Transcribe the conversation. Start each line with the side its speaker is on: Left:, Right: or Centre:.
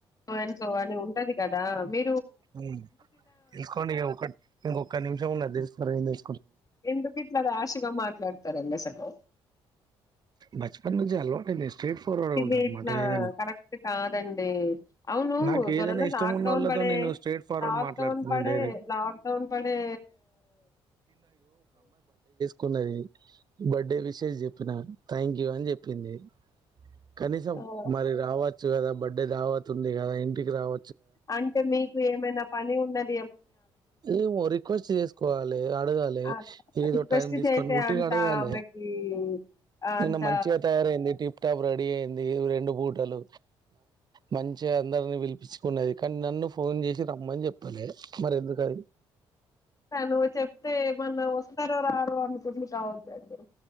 Left: సో అం సో అని ఉంటది కదా మీ
Right: ఉమ్ తెలుసుకోండి ఇగ ఒక ఇంకొక్క నిమిషం ఉన్నది అది తెలుసుకోండి ముందు
Left: ఎందుకు ఇట్లా రాష్గా మాట్లాడు తరంగ సప్ ఆ
Right: బచపన్ నుండి అలవాటు <unintelligible>
Left: ఇవి
Right: ఉంటా అనమాట
Left: ఇట్లా
Right: ఏదైనా
Left: కరెక్ట్ కాదండి అవును
Right: నాకు ఏదైనా
Left: త్వరలో
Right: ఇష్టం
Left: లాక్
Right: ఉన్నోళ్ళతో
Left: డౌన్ పడె
Right: నేను స్ట్రేట్ ఫార్వర్డ్
Left: లాక్
Right: మాట్లాడతాను
Left: డౌన్ పడె
Right: నేను డైరెక్ట్
Left: లాక్ డౌన్ పడే
Right: కున్నది బర్డే విషేస్ చెప్పిన థ్యాంక్ యూ అని చెప్పింది కనీసం
Left: ఆహ్,
Right: మరి రావ చ్చు గదా బడ్డే దావత్ ఉంది కదా ఇంటికి రావ
Left: అంటే మీకు ఏమైనా పని ఉందని
Right: ఏమో రిక్వెస్ట్ చేసుకోవాలి అడగాలి
Left: ఆ!
Right: ఏదో
Left: రిక్వెస్ట్
Right: టైం తీసుకొని
Left: చేసే
Right: ఉట్టిగా
Left: అంత
Right: అడగాలి
Left: ఆమెకి అంత
Right: నిన్న మంచిగా తయారయింది టిప్ టాప్ రెడీ అయింది రెండు బూ టలు మంచిగా అందరిని పిలిపిచ్చుకున్నది కానీ నన్ను ఫోన్ చేసి రమ్మని చెప్పలె మరి ఎందు <unintelligible>
Left: తను చెప్తే ఏమన్నా వస్తారో రారో అనుకుంది కావచ్చండి